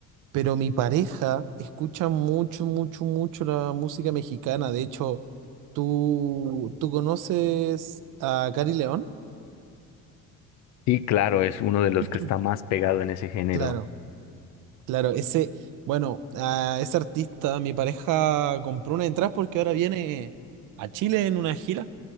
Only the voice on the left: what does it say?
Y claro, es uno de los
que está más pegado en ese género.